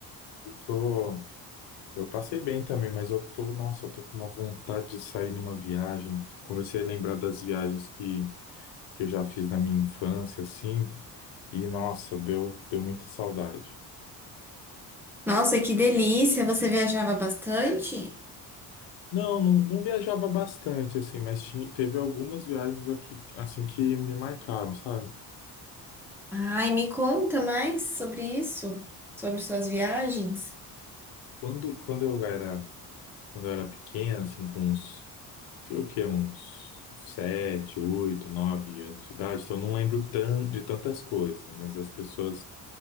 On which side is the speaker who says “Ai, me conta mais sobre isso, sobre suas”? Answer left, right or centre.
Centre